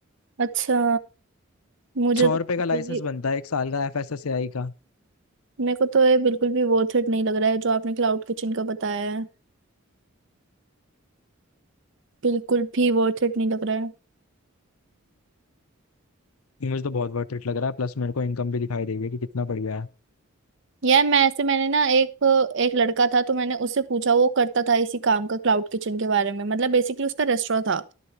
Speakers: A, on the right; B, on the left.
A: अच्छा मुझे
B: सौ
A: तो बिल्कुल
B: रुपए का लाइसेंस
A: भी
B: बनता है एक साल का एफ एस एस ए आई का
A: मेरे को तो ये बिल्कुल भी वर्थ इट नहीं लग रहा है जो आपने क्लाउड किचन का बताया है बिल्कुल भी वर्थ इट नहीं लग रहा है
B: ये मुझे तो बहुत वर्थ इट लग रहा है प्लस मेरे को इनकम भी दिखाई देगी कि कितना बढ़िया है
A: यार मैं ऐसे मैंने ना एक एक लड़का था तो मैंने उससे पूछा वो करता था इसी काम का क्लाउड किचन के बारे में मतलब बेसिकली उसका रेस्टोरेंट था